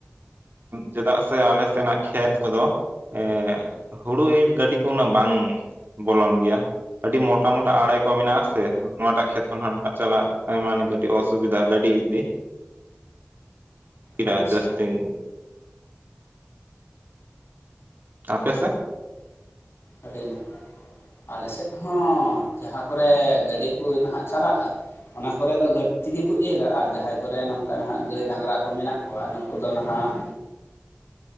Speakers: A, on the right; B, on the left.
A: ᱪᱮᱫᱟᱜ ᱥᱮ ᱟᱞᱮ ᱥᱮᱱᱟᱜ ᱠᱷᱮᱛ ᱠᱚᱫᱚ ᱮ ᱦᱩᱲᱩ ᱤᱨ ᱜᱟᱹᱰᱤ ᱠᱚ ᱩᱱᱟᱹᱜ ᱵᱟᱝ ᱵᱚᱞᱚᱱ ᱜᱮᱭᱟ᱾ ᱟᱹᱰᱤ ᱢᱚᱴᱟ ᱢᱚᱴᱟ ᱟᱲᱮ ᱠᱚ ᱢᱮᱱᱟᱜ-ᱟ ᱥᱮ ᱱᱚᱣᱟᱴᱟᱜ ᱠᱷᱮᱛ ᱠᱷᱚᱱ ᱚᱱᱟᱴᱟᱜ ᱪᱟᱞᱟᱜ ᱢᱟᱱᱮ ᱠᱟᱹᱴᱤᱡ ᱚᱥᱩᱵᱤᱫᱟ ᱜᱟᱹᱰᱤ ᱤᱫᱤ
B: ᱟᱪᱪᱷᱟ
A: <unintelligible> ᱡᱟᱹᱥᱛᱤᱢᱼᱼ ᱟᱯᱮ ᱥᱮᱫ?
B: ᱟᱹᱰᱤ ᱱᱟᱯᱟᱭ, ᱟᱞᱮ ᱥᱮᱫ ᱦᱚᱸ ᱡᱟᱦᱟᱸ ᱠᱚᱨᱮ ᱜᱟᱹᱰᱤ ᱠᱚ ᱱᱟᱦᱟᱜ ᱪᱟᱞᱟᱜᱼᱟ ᱚᱱᱟ ᱠᱚᱨᱮ ᱫᱚ ᱜᱟᱹᱰᱤ ᱛᱮᱜᱮ ᱠᱚ ᱮᱨᱟ ᱟᱨ ᱡᱟᱦᱟᱸᱭ ᱠᱚᱨᱮ ᱱᱚᱝᱠᱟ ᱱᱟᱦᱟᱜ ᱜᱟᱹᱭ ᱰᱟᱝᱜᱽᱨᱟ ᱠᱚ ᱢᱮᱱᱟᱜ ᱠᱚᱣᱟ ᱱᱩᱠᱩ ᱫᱚ ᱱᱟᱦᱟᱜ